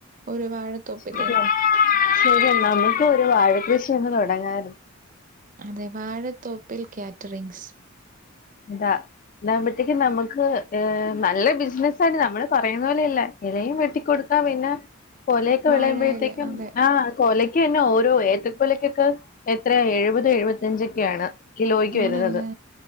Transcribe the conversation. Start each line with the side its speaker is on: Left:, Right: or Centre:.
Right: ഒര് വാഴത്തോപ്പില്
Left: ശരിയാ ശരി എന്ന നമുക്ക് ഒര് വാഴക്കൃഷി ഒന്ന് തൊടങ്ങാരൊ
Right: അതെ വാഴത്തോപ്പിൽ കാറ്റ്റിംഗ്സ്
Left: ഇതാ ഇതാവുമ്പത്തേക്ക് നമുക്ക്. ഏഹ് നല്ല ബിസ്നസാണ് നമ്മള് പറയുന്ന പോലെയല്ല ഏലയും വെട്ടിക്കൊടുത്ത പിന്നെ കൊലയൊക്ക
Right: വാഴയില
Left: വെളയുമ്പഴത്തേക്കും
Right: അതെ
Left: ആഹ് കൊലക്കെന്നെ ഓരോ ഏത്തക്കൊലക്കൊക്ക എത്രയ എഴുപത് എഴുപത്തിഞ്ചൊക്കെയാണ് കിലോയ്ക്ക്
Right: ആണല്ലേ
Left: വര്ന്നത്